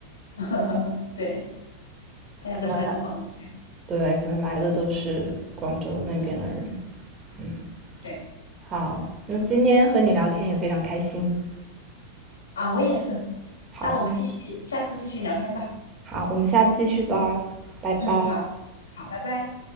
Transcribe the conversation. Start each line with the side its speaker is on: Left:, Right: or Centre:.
Left: <laughs> 对，大家都喜欢吃广东菜。
Right: 可能来对，可能来的都是广州那边的人。嗯，
Left: 对，
Right: 好，那今天和你聊天也非常开心。
Left: 啊，我也是。
Right: 好，
Left: 那我们继续，下次继续聊天吧。
Right: 好，我们下次继续吧，拜拜。
Left: 嗯，好，好，拜拜。